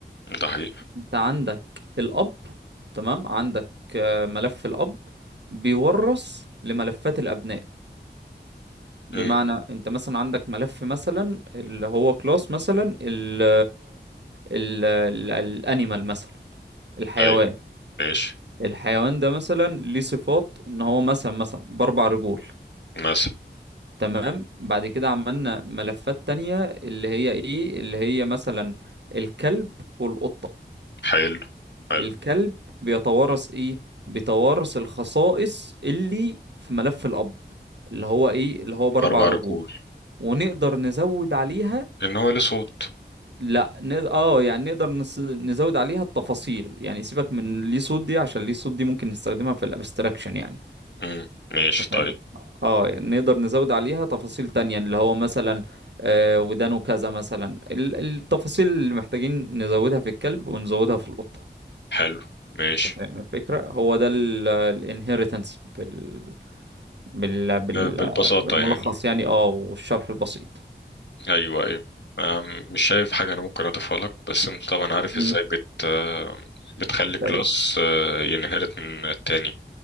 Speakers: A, on the left (about 75°); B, on the right (about 75°).
A: ده حقيقي
B: انت عندك الأب تمام عندك آه، ملف الأب بيورث لملفات الأبناء بمعنى
A: مم.
B: انت مثلا عندك ملف مثلا اللي هو كلاس مثلا ال ال الانيمال مثلا الحيوان
A: ايوه ماشي
B: الحيوان ده مثلا ليه صفات ان هو مثلا مثلا باربع رجول
A: مثلا
B: تمام بعد كده عملنا ملفات تانية اللي هي ايه اللي هي مثلا الكلب والقطة
A: حلو حلو
B: الكلب بيتوارث ايه بيتوارث الخصائص اللي في ملف الاب اللي هو ايه اللي هو باربع
A: اربع
B: رجول
A: رجول
B: ونقدر نزود عليها
A: ان هو ليه صوت
B: لا نقدر اه يعني نقدر نس... نزود عليها التفاصيل يعني سيبك من ليه صوت دي عشان ليه صوت دي ممكن نستخدمها في الابستراكشن يعني
A: مم. ماشي
B: انت فاهم
A: طيب
B: اه يعني نقدر نزود عليها تفاصيل تانية اللي هو مثلا آه ودانه كذا مثلا ال- التفاصيل اللي محتاجين نزودها في الكلب ونزودها في القطة
A: حلو ماشي
B: انت فاهم الفكرة هو ده الانهيرتنس بال... بال... بال...
A: بالبساطة
B: بالملخص
A: يعني
B: يعني اه والشرح البسيط
A: أيوه أيوه أم، مش شايف حاجة أنا ممكن أضيفها لك بس أنت طبعا عارف
B: مم.
A: إزاي بت آه، بتخلي كلاس
B: ده
A: آه، ينهرت من التاني